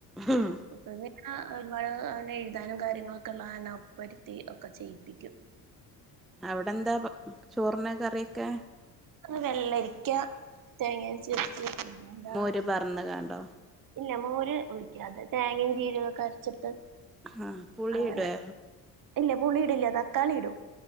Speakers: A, in the centre; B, on the right.
A: ഹം
B: ഇപ്പൊ പിന്നെ ഒരുപാട് അ എഴുതാനും കാര്യങ്ങളൊക്കെ ഉള്ള കാരണം ഒപ്പരുത്തി ഒക്കെ ചെയ്യിപ്പിക്കും
A: അവിടെ എന്താ ചോറിന് കറിയൊക്കെ
B: വെള്ളരിക്ക തേങ്ങ അരിച്ച് വെച്ച് പിന്നെന്താ
A: മോര് പാർന്ന്കാണ്ടോ
B: ഇല്ല മോര് ഉഴിക്കാതെ തേങ്ങയും ജീരകും അരച്ചിട്ട്
A: ആഹ് പുളിയിടെ
B: അങ്ങനെ ഇല്ല പുളി ഇടില്ല തക്കാളി ഇടും